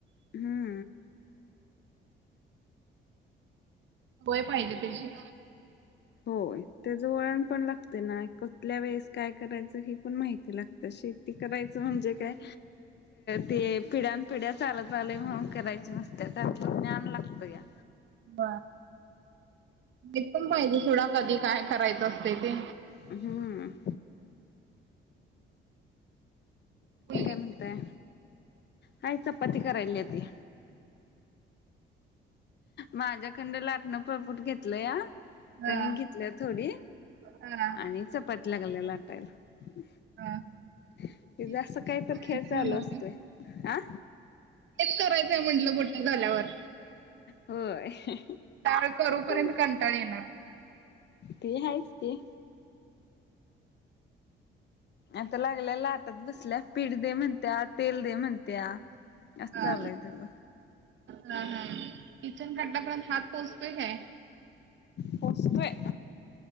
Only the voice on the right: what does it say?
होय पाहिजे कशी.
<inaudible> ते पण पाहिजे सोडा कधी काय करायचं असत ते.
हम <unintelligible>
हा
हा
हा.
तेच तेच
करायचंय
म्हणावं
बाई.
तेच करायचंय म्हंटलं मोठ झाल्यावर.
त्यावेळेस
करू पर्यंत
कंटाळा येणार.
हा
हा हा किचन कट्टा पर्यंत हात पोहोचतोय काय?